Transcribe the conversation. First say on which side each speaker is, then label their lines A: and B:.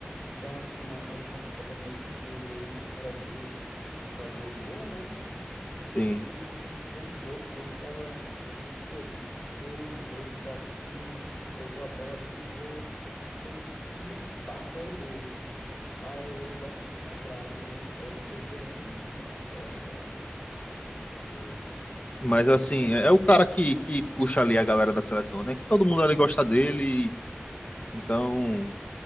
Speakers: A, on the left; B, on the left.
A: Então, assim, na, na última Copa Mesas que teve aí, que o Brasil tinha que fazer o gol, né?
B: sim.
A: Ele puxou o jogo, o jogo tava praticamente perdido, puxou o jogo pra cima, pegou a bola, driblou, fez tudo e pá, fez o gol. Rapaz, eu não gosto nem de lembrar que daí depois perdemos. Como é que pode, cara? Você tá doido.
B: Mas
A: É
B: assim,
A: foda.
B: é é o cara que, que puxa ali a galera da seleção, né? Que todo mundo ali gosta dele, então